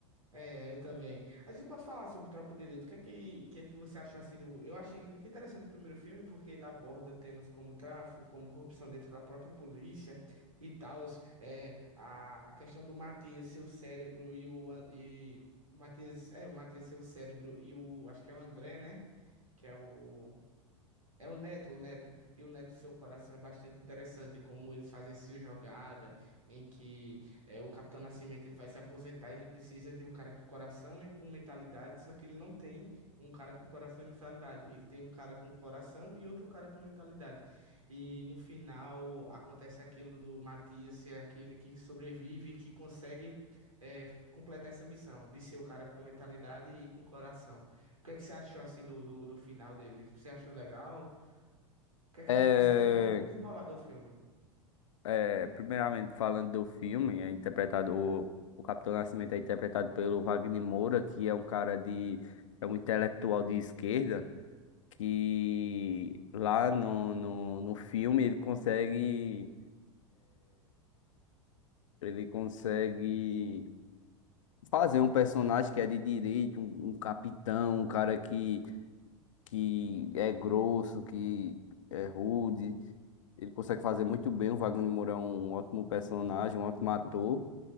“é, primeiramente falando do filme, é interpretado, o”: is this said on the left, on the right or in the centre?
Left